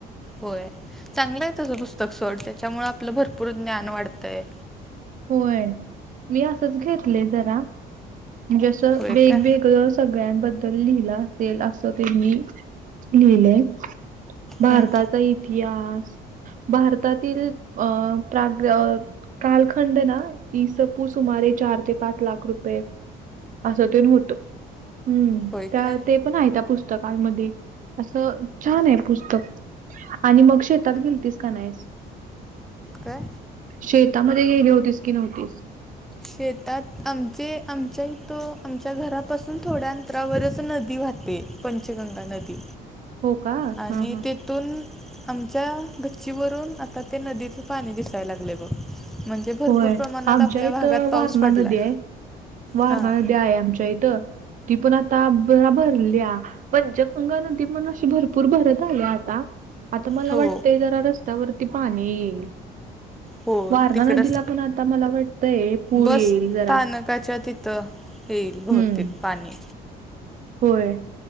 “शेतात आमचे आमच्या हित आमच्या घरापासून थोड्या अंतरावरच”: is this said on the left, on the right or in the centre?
Centre